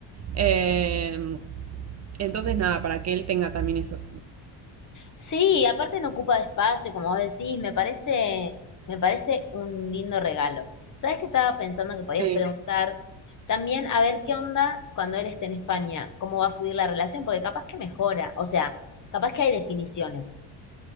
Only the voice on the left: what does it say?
Sí, aparte no ocupa espacio, como vos decís, me parece, me parece un lindo regalo. Sabes qué estaba pensando que podías
preguntar? También a ver qué onda cuando él esté en España, cómo va a fluir la relación, porque capaz que mejora, o sea, capaz que hay definiciones.